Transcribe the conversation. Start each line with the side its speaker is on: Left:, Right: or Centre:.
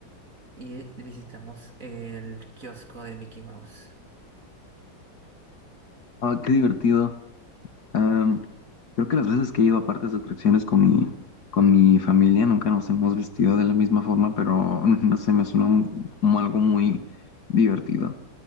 Right: Y visitamos el kiosco de Mickey Mouse.
Left: Ah, qué divertido. Am, creo que las veces que he ido a partes de atracciones con mi, con mi familia nunca nos hemos vestido de la misma forma, pero <laughs> no sé, me suena mu- como algo muy divertido.